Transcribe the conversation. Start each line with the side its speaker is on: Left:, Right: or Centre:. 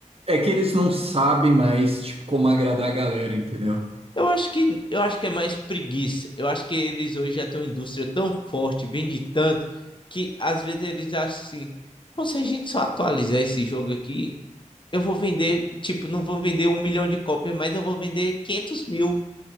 Right: É que eles não sabem mais, tipo, como agradar a galera, entendeu?
Left: Eu acho que eu acho que é mais preguiça. Eu acho que eles hoje já têm uma indústria tão forte, vende tanto, que às vezes eles acham assim, pô, se a gente só atualizar esse jogo aqui, eu vou vender, tipo, não vou vender um milhão de cópias, mas eu vou vender 500 mil.